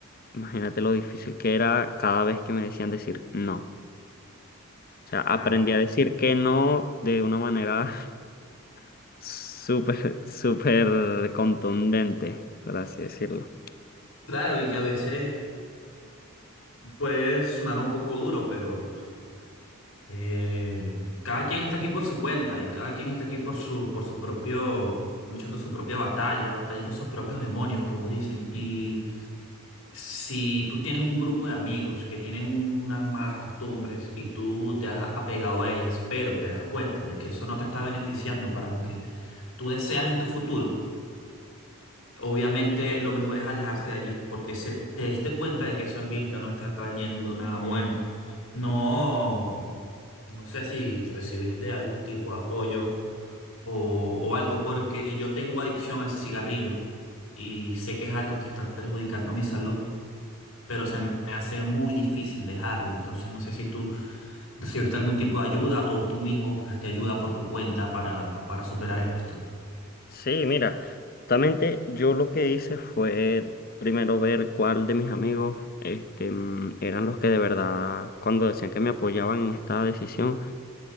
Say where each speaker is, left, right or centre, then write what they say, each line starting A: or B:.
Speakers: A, on the left; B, on the left.
A: Imagínate lo difícil que era cada vez que me decían decir no. O sea, aprendí
B: claro.
A: a decir que no de una manera <laughs> súper, súper contundente, por así decirlo.
B: Claro, y que a veces Puede sonar un poco duro, pero eh, cada quien está aquí por su cuenta y cada quien está aquí por su, por su propio, luchando su propia batalla, batallando sus propios demonios, como dicen. Y si tú tienes un grupo de amigos que tienen unas malas costumbres y tú te has apegado a ellas, pero te das cuenta de que eso no te está beneficiando para lo que tú deseas en tu futuro, Obviamente lo mejor es alejarse de allí, porque se, te diste cuenta de que ese ambiente no está trayendo nada bueno. No, no sé si recibiste algún tipo de apoyo o, o algo, porque yo tengo adicción al cigarrillo y sé que es algo que está perjudicando mi salud, pero se me hace muy difícil dejarlo. Entonces no sé si tú recibiste algún tipo de ayuda o tú mismo buscaste ayuda por tu cuenta para, para superar esto.
A: Sí, mira, justamente yo lo que hice fue primero ver cuál de mis amigos este, mm, eran los que de verdad, cuando decían que me apoyaban en esta decisión,